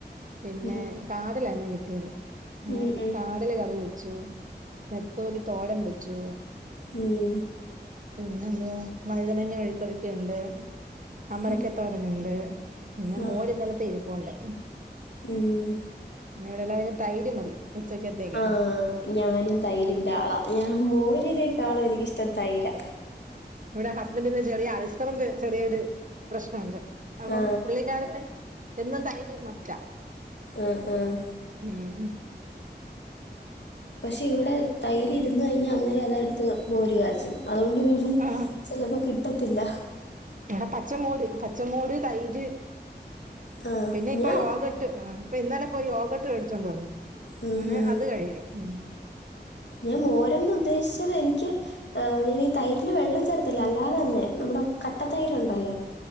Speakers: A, on the right; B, on the left.
A: പിന്നെ
B: ഉം.
A: കാരലായ്ന്നേ കി ട്ടിയത് പിന്നെ
B: ഉം, ഉം,
A: കാരല് കറി വെച്ചു നെത്തോലി തോരൻ വെച്ചു.
B: ഉം
A: പിന്നെ എന്തുവാ വഴുതനങ്ങ മെഴുക്കു ഒരട്ടിയുണ്ട്. അമരക്ക
B: ഉം,
A: തോരൻ ഉണ്ട് പിന്നെ
B: ആ,
A: മോര് ഇന്നലെത്തെ ഇരിപ്പുണ്ട്.
B: ഉം.
A: പിന്നെ ഇവിടെ എല്ലാവരും തൈര് മതി. ഉച്ചക്കത്തേക്കെ
B: ആഹ് ഞാനും തൈരിന്റെ
A: പിന്നെ
B: ആളാ ഞാൻ മോരിനേക്കാളും എനിക്കിഷ്ടം തൈരാ
A: ഇവിടെ ഹസ്ബൻറിന് ചെറിയ അൾസറിന്റെ ചെറിയൊരു പ്രശ്നവുണ്ട് അപ്പം
B: ആ
A: പുള്ളിക്കാരന് എന്നും തൈര് മസ്റ്റാ.
B: ആഹ് ആഹ്
A: ഉം
B: ക്ഷേ ഇവിടെ തൈര് ഇരുന്ന് കഴിഞ്ഞാ അന്നേരം അതെടുത്ത് മോര് കാച്ചും. അതോണ്ട് പിന്നെ
A: ആ
B: ചെലപ്പോ കിട്ടത്തില്ല.
A: ഇവിടെ പച്ചമോര് പച്ചമോര് തൈര്
B: ആ
A: പിന്നെ ഇപ്പൊ
B: ഞാൻ
A: യോഗട്ട് ആഹ് അപ്പ ഇന്നലെ പോയി യോഗട്ട് വേടിച്ചൊണ്ട് വന്ന്
B: ഉം,
A: അങ്ങനെ
B: ഉം.
A: അത് കഴിക്കും ഉം
B: ഞാൻ മോരെന്ന് ഉദ്ദേശിച്ചത് എനിക്ക് ഏഫ് ഞാനീ തൈരില് വെള്ളം ചേർത്തല്ല അല്ലാതന്നെ ഇവടെ കട്ട തൈരുണ്ടല്ലോ.